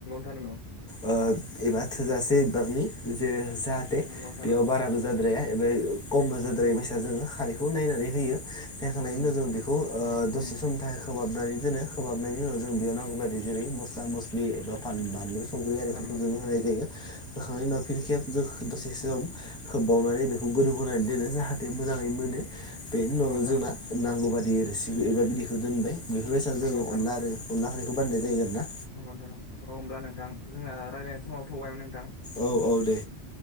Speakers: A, on the left; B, in the centre.
A: नंगौ
B: ओ एबा थोजासे बिबांनि जो जाहाथे
A: नंगौ नोंथां
B: बेयाव
A: नंगौ
B: बाराबो जाद्राया एबा खमबो जाद्राया
A: नंगौ नोंथां नंगौ नोंथां
B: बैसा जोङो खारैखौ नायनानै होयो देखांनायनि
A: नंगौ
B: उनाव जों बेखौ ओ
A: नंगौ नोंथां
B: दसे
A: नंगौ नोंथां नंगौ नोंथां नंगौ नोंथां
B: समनि थाखाय खोबहाबनानै दोनो खोबहाबनायनि उनाव जों बेयाव नांगौ बेफोरबायदि जेरै मस्ला मस्लि एबा फान बानलु संख्रि आरिफोरखौ
A: नंगौ
B: जों होनाय जायो बोखांनायनि उनाव फिन खेब जों दसे सम खोबबावनानै बेखौ गोदौ होनानै दोनो जाहाथे मोजाङै मोनो बेनि
A: नंगौ
B: उनाव
A: नोंथां नंगौ
B: जोंना नांगौ बादि रेसिपि एबा बिदिखौ दोनबाय बेफोरबायसा जोङो
A: नोंथां
B: अनला
A: नंगौ
B: आरो अनला ओख्रिखौ बानायनाय जायो आरो ना
A: <unintelligible> औ होमब्ला नोंथां जोंना रायलायनाय समाबो थौबायमोन नों
B: औ औ दे